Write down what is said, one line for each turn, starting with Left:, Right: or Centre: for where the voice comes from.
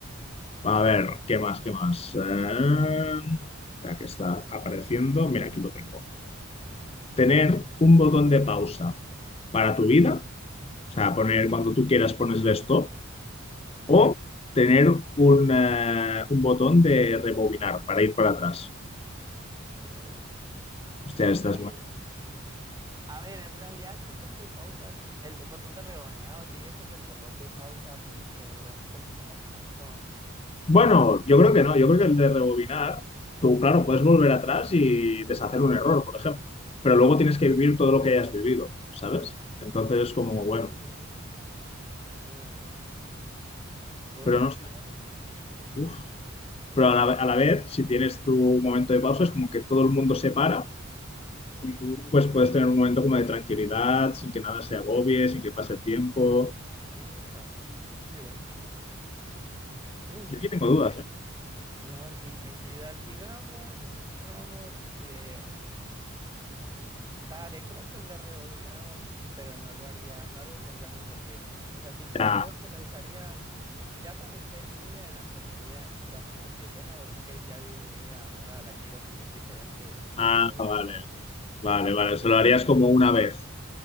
Left: A ver, ¿qué más, qué más? Eh, espera, que está apareciendo. Mira, aquí lo tengo. Tener un botón de pausa para tu vida, o sea, poner cuando tú quieras pones el stop,
Right: Ujú.
Left: o tener un, eh, un botón de rebobinar para ir para atrás.
Right: Uy,
Left: Hostia,
Right: uy,
Left: esta
Right: dale.
Left: es
Right: A ver, en realidad el botón de pausas, el botón de rebobinado sigue siendo el botón de pausa, pero un poquito más cansón.
Left: Bueno, yo creo que no. Yo creo que el de rebobinar, tú, claro, puedes volver atrás y deshacer un error, por ejemplo. Pero luego tienes que vivir todo lo que hayas vivido, ¿sabes? Entonces es como,
Right: Sí,
Left: bueno,
Right: sí. Uy, uy,
Left: pero no sé.
Right: dale.
Left: uf. Pero a la, a la vez, si tienes tu momento de pausa, es como que todo el mundo se para
Right: Ujú.
Left: y tú pues puedes tener un momento como de tranquilidad, sin que nada se agobie, sin que pase el tiempo.
Right: Epa, sí, sí, pero. mm, Uy, no
Left: Yo aquí
Right: sé.
Left: tengo dudas, ¿eh?
Right: No, sí, sí, sí, dale, digamos, digamos que, dale, creo que el de rebobinado, pero no lo haría, no lo usaría muy seguido. O sea, tipo,
Left: Ya.
Right: creo que lo usaría ya cuando esté muy adelante en mi vida y sea como que, bueno, ok, ya viví mi vida, ahora la quiero vivir diferente y
Left: Ah,
Right: rebobina
Left: vale,
Right: todo.
Left: vale, vale. Se lo harías como una vez.